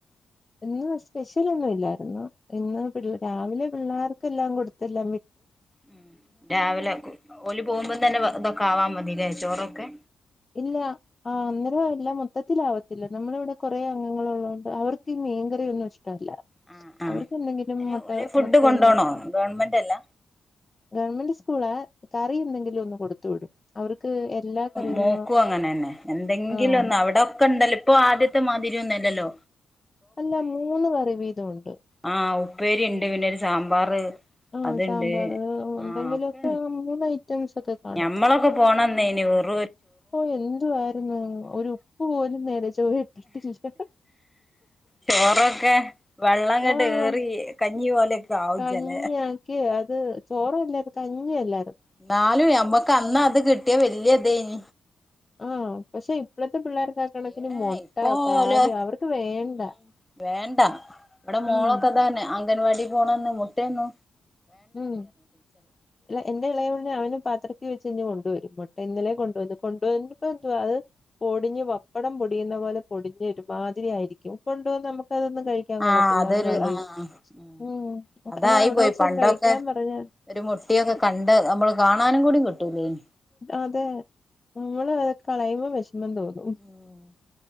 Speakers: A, on the left; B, in the centre.
A: എന്ന സ്പെഷ്യൽ ഒന്നും ഇല്ലായിരുന്നു ഇന്ന് പി രാവിലെ പിള്ളേർക്കെല്ലാം കൊടുത്തില്ല
B: ഉം രാവിലെ ഓല് പോകുമ്പോ തന്നെ ഇതൊക്കെ ആവാ മതില്ലേ ചോറൊക്കെ
A: ഇല്ല ആ അന്നേരം ഇല്ല മൊത്തത്തില് ആവ പല്ല നമ്മളിവിടെ കുറേ അംഗങ്ങള ഉള്ളതുണ്ട് അവർക്ക് മീൻകറി ഒന്നും ഇഷ്ട ല്ല
B: ആ ആ
A: അവർക്ക് എന്തെങ്കിലും
B: അയ്ന്
A: മുട്ട
B: ഓല് ഫുഡ്
A: മുട്ടയന്ന്
B: കൊണ്ടോണോ ഗവൺമെന്റ് അല്ല
A: ഗവൺമെന്റ് സ്കൂള കറി എന്തെങ്കിലും ഒന്ന് കൊടുത്തു വിടും അവർക്ക് എല്ലാ കറിയൊന്നും
B: നോക്കു അങ്ങനെ തന്നെ എന്തെങ്കിലും
A: ആഹ്
B: ഒന്നും അവിടെൊക്കെ ഉണ്ടല്ലോ ഇപ്പൊ ആദ്യത്തെ മാതിരിൊന്നും ഇല്ലല്ലോ
A: അല്ല മൂന്ന് വറി വീതമാണ്
B: ആഹ് ഉപ്പേരി ഉണ്ട് പിന്നെരു സാമ്പാർ
A: ആഹ്
B: അതുണ്ട്
A: സാമ്പാർ എന്തെങ്കിലുമൊക്കെ
B: ആഹ അപ്പ
A: മൂന്ന് ഐറ്റംസ് ഒക്കെ കാണും
B: ഞമ്മളൊക്കെ പോണന്നെ ഇനി വെറ
A: ഓ എന്തു ആായിരുന്നു ഒരു ഉപ്പ് പോലും നേരെ ചോ ഇട്ടിട്ടില്ല
B: ചോറൊക്കെ വെള്ളംങ്ങട്ട്
A: ആഹ
B: ഏറി കഞ്ഞി പോലെയൊക്കെ ആവും
A: കഞ്ഞി
B: ചെല
A: ആക്കിയ അത് ചോറല്ലത് കഞ്ഞ അല്ല
B: എന്നാലും നമ്മക്ക് അന്ന അത് കിട്ടിയാ വല്യതഞ്ഞ
A: ആഹ പക്ഷെ ഇപ്പോഴത്തെ പിള്ളേർക്ക ആാക്കണങ്കന്
B: ഏഹ്
A: മുട്ട
B: ഇപ്പൊ
A: പാല്
B: ഓല്
A: അവർക്ക് വേണ്ട
B: ഉം വേണ്ട ഇവിടെ മോളൊക്കെതന്നെ
A: ഉം
B: അംഗൻവാടി പോണന്ന് മുട്ടന്നു
A: ഉം എന്റെ ഇളയംമടെ അവനും പാത്ര ത്തി വെ കഴഞ് കൊണ്ടുവ വരും മുട്ട ഇന്നലെ കൊണ്ടുവന്നന്ന് കൊണ്ടുവന്നപ്പോ എന്തു അത് പൊടിഞ്ഞഞ് വപ്പടം പൊടിയുന്ന പോലെ പൊടിഞ്ഞൊ ഒരുമാതിരി ആയിരിക്കും കൊണ്ട നമുക്ക്തൊന്നും കഴിക്കാൻ കൊള്ളത്തില്ല
B: ആഹ് അതൊരു
A: കളയും
B: ആഹ് ഉം
A: ഉം
B: അതായി
A: അവിടെ
B: പോയി
A: വെച്ച
B: പണ്ടൊക്കെ
A: ക പറഞ്ഞാ
B: ഒരു മുട്ടയൊക്കെ കണ്ട് നമ്മള് കാണാനും കൂടി കിട്ടൂലേനി
A: അതെ നമ്മള് അത കളയുമ്പോം വിഷമം തോന്നും
B: ഉം